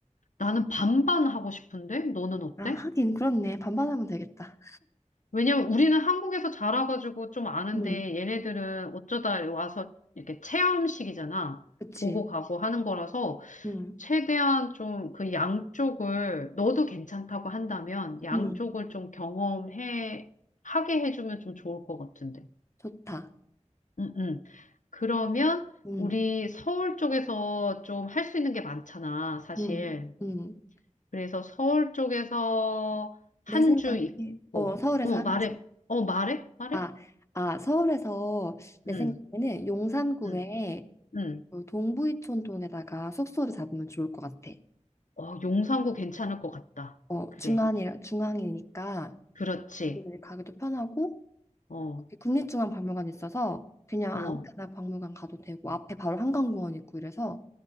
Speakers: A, on the left (about 80°); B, on the left (about 20°).
A: 나는 반반 하고 싶은데? 너는 어때?
B: 아, 하긴 그렇네. 반반하면 되겠다.
A: 왜냐면 우리는 한국에서 자라가지고 좀 아는데
B: 음,
A: 얘네들은 어쩌다 와서 이렇게 체험식이잖아.
B: 그치.
A: 보고 가고 하는 거라서
B: 음,
A: 최대한 좀 그 양쪽을 너도 괜찮다고 한다면 양쪽을
B: 음,
A: 좀 경험해 하게 해주면 좀 좋을 것 같은데.
B: 좋다.
A: 음, 음. 그러면
B: 음,
A: 우리 서울 쪽에서 좀 할 수 있는 게 많잖아, 사실.
B: 음, 음.
A: 그래서 서울 쪽에서 한
B: 내 생각에
A: 주 있고,
B: 어 서울에서
A: 어,
B: 하는지.
A: 말해, 어, 말해, 말해.
B: 아, 아 서울에서 내
A: 응.
B: 생각에는 용산구에
A: 응, 응.
B: 그 동부이촌동에다가 숙소를 잡으면 좋을 것 같아.
A: 어, 용산구 괜찮을 것 같다.
B: 어,
A: 그래.
B: 중앙이, 중앙이니까
A: 그렇지.
B: 여기를 가기도 편하고
A: 어,
B: 국립중앙박물관 있어서 그냥
A: 어,
B: 아무 데나 박물관 가도 되고 앞에 바로 한강공원 있고 이래서